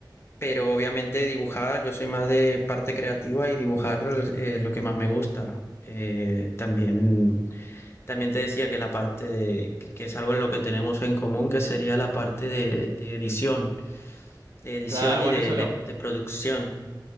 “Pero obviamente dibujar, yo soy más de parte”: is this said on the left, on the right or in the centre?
Left